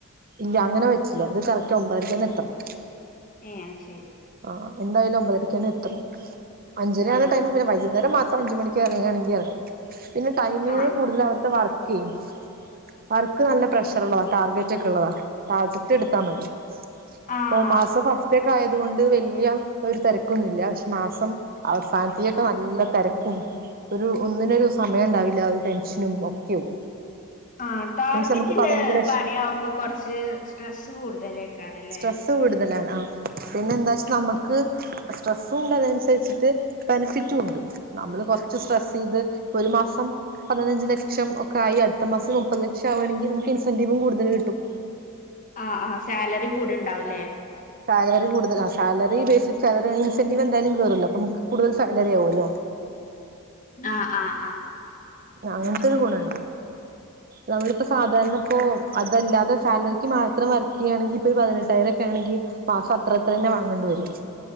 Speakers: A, on the right; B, on the left.
A: ഇല്ല അങ്ങനെ പറ്റില്ല ഇത് കറക്റ്റ് ഒമ്പതരക്കന്നെ എത്തണം.
B: ഏ അഹ് ശെരി.
A: ആ എന്തായാലും ഒമ്പതരക്കെന്നെ എത്തണം. അഞ്ചര
B: ആ
A: ആണ്
B: ആ
A: ടൈം പിന്നെ വൈകുന്നേരം മാത്രം അഞ്ചു മണിക്ക്, <unintelligible> പിന്നെ ടൈമിങ്ങ്
B: ആ
A: കൂടുതൽ അവിടുത്തെ വർക്കെയ്യും. വർക്ക് നല്ല പ്രഷർള്ളതാ ടാർഗറ്റ് ഒക്കെ ഉള്ളതാ. ടാർഗറ്റ് എടുത്താൽ മതി.
B: ആ
A: ഓ
B: ആ
A: മാസം ഫസ്റ്റകെ ആയ തുകൊണ്ട് വല്യ ഒരു തിരക്കൊന്നുല്ല, പക്ഷെ മാസം അവസാനത്തേക്ക് നല്ല തെരക്കും, ഒരു ഒന്നിനും ഒരു സമയം ഉണ്ടാവില്ല ഒരു ടെൻഷനും ഒക്കെയാവും.
B: ആ ടാർഗറ്റുള്ള
A: മീൻസ് നമുക്ക് പതിനഞ്ച് ലക്ഷം
B: പണിയാകുമ്പോ കുറച്ച് സ്ട്രെസ്സ് കൂടുതല്ലയികാരംല്ലേ.
A: സ്ട്രെസ്സ് കൂടുതലാണ് ആ. പിന്നെ എന്താ വെച്ച നമ്മുക്ക് സ്ട്രെസ്സുംണ്ട് അതനുസരിച്ചിട്ട് ബെനിഫിറ്റും ഉണ്ട്. നമ്മള് കൊറച്ച് സ്ട്രെസ്സ് ചെയ്ത് ഇപ്പൊ ഒരു മാസം, പതിനഞ്ച് ലക്ഷം ഒക്കെ ആയി അടുത്ത മാസം മുപ്പത് ലക്ഷം ആവാണെങ്കിൽ നമുക്ക് ഇൻസെന്റീവും കൂടുതൽ കിട്ടും.
B: ആ ആ സാലറി കൂടിണ്ടാവുല്ലേ.
A: സാലറി കൂടുതലാ. സാലറി ബേസിക് സാലറി ഇൻസന്റീവ് എന്തായാലും കേറല്ലോ, അപ്പൊ നമക്ക് കൂടുതൽ സാലറി ആവുല്ലോ.
B: ആഹ് ആ ആ.
A: അങ്ങൻത്തെരു
B: അത് ശരി
A: ഗുണണ്ട്. നമ്മളിപ്പോ സാധാരണ ഇപ്പോ അതല്ലാതെ സാലറിക്ക് മാത്രം വർക്ക് ചെയ്യുകയാണെങ്കി, ഇപ്പൊ പതിനെട്ടായിരംക്കെ ആണെങ്കി, മാസം അത്ര തന്നെ വാങ്ങേണ്ടി വരും.